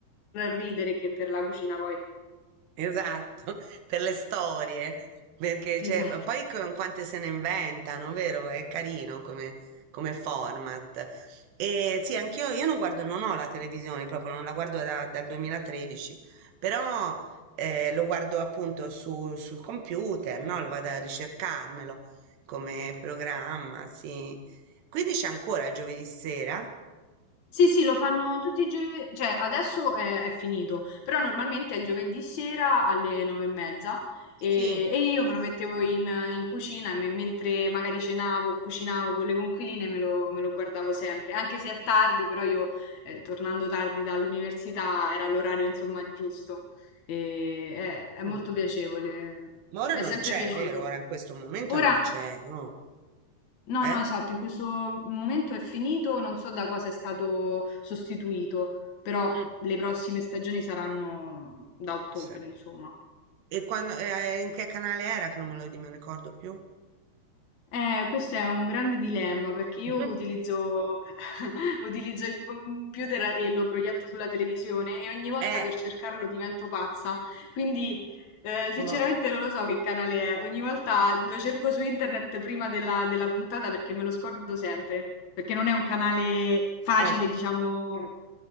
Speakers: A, on the left; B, on the right.
A: ridere che per la cucina poi.
B: Esatto, <laughs> per le storie, perché c'è-
A: Esatto.
B: ma poi con quante se ne inventano, vero? È carino come, come format. E sì, anch'io io non guardo, non ho la televisione proprio, non la guardo da- dal 2013, però eh, lo guardo appunto su- sul computer, no? Lo vado a ricercarmelo come programma, sì. Quindi c'è ancora il giovedì sera?
A: Sì, sì, lo fanno tutti i giovedì, cioè adesso è, è finito, però normalmente è il giovedì sera alle nove e mezza e,
B: Sì.
A: e io me lo mettevo in, in cucina e me- mentre magari cenavo, o cucinavo con le conquiline me lo, me lo guardavo sempre, anche se è tardi, però io eh, tornando tardi dall'università era l'orario insomma giusto e è, è
B: Mm.
A: molto piacevole,
B: Ma ora
A: mi
B: non
A: è sempre
B: c'è,
A: piaciuto.
B: vero? Ora in questo momento
A: Ora...
B: non c'è, no?
A: No,
B: Eh?
A: no, esatto, in questo momento è finito, non so da cosa è stato sostituito, però
B: Mh,
A: le prossime stagioni saranno da ottobre,
B: sì.
A: insomma.
B: E quando e ehm, in che canale era che non me lo di me lo ricordo più?
A: Eh, questo è un grande dilemma perché io
B: <laughs>
A: utilizzo, <laughs> utilizzo il computer e lo proietto sulla televisione e ogni volta
B: Eh,
A: per cercarlo divento pazza. Quindi, eh, sinceramente
B: mo
A: non lo so che canale è. Ogni volta lo cerco su internet prima della, della puntata perché me lo scordo sempre, perché non è un canale facile,
B: eh,
A: diciamo.